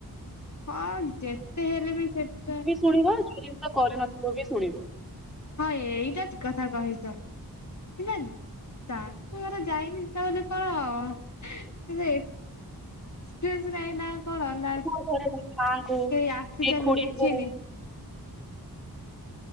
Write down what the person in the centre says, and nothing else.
<inaudible> ଆଉ କରିନଥିବୁ ବି ଶୁଣିବୁ।
ହଁ ଘରେ ମାଙ୍କୁ
କି ଖୁଡିକୁ